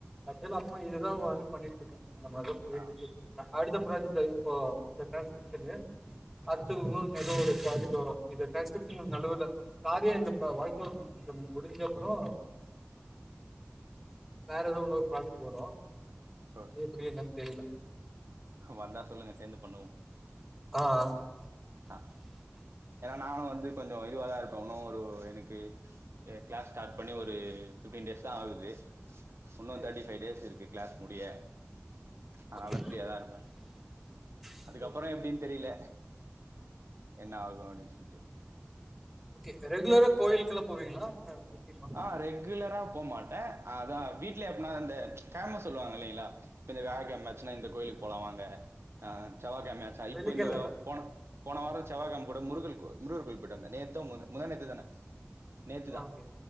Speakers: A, in the centre; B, on the right.
A: ஆக்சுவலா அத்மா
B: ஆ
A: இதுதா வரு பண்ணிட்டு இருக்கே இந்த மாரிலா <unintelligible>
B: ஆ
A: அடுத்த ப்ராஜக்ட் இப்போ இந்த டிரான்ஸ்கிரிப்ஷனு அடுத்து
B: ஆ
A: ஒன்னொன்னு எதோ ஒரு ப்ராஜக்ட் வரு இது டெஸ்ட் நடுவுல காரியா இந்த இப்ப வாய்ஸ் ஓவர முடிஞ்ச அப்புறோ வேற எதோ ஓரு ப்ராஜெக்ட் வரு
B: ஓகே
A: அது எப்படி என்னானு தெரில
B: வந்தா சொல்லுங்க சேந்து பண்ணுவோ
A: ஆ ஆ
B: ஆ ஏனா நானு வந்து கொஞ்ச இதுவா தா இருப்போ இன்னோ ஒரு எனக்கு கிளாஸ் ஸ்டார்ட் பண்ணி ஒரு ஃபிப்டீன் டேஸ் தா ஆகுது உன்ன
A: சரி
B: தேர்டி பை டேஸ் இருக்கு கிளாஸ் முடிய அதனால
A: ஓகே
B: ஃபிரியாதா இருப்பே
A: ஓகே
B: அதுக்கப்புறோ எப்டின்னு தெரியில என்ன ஆகு அப்படின் சொல்ட்டு
A: ஓகே ரெகுலரா கோயிலுக்கெல்லா போவீங்களா எப்டிமா
B: ஆ ரெகுலரா போ மாட்டே அதா வீ லி அப்பனா அந்த பேமஸ் சொல்லுவாங்க இல்லைங்களா இப்ப இந்த வியாழக்கிழமை ஆச்சுனா இந்த கோயிலுக்கு போலா வாங்க ஆ செவ்வாய் கிழம ஆச்சா
A: வெள்ளிக்கிழம
B: இப்போ இந்த போன போன வாரம் செவ்வாய்கிழம கூட முருகல் முருகர் கோயிலுக்கு போயிட்டு வந்தே நேத்தோ முந்தா நேத்து தான நேத்துதான்.
A: ஓகே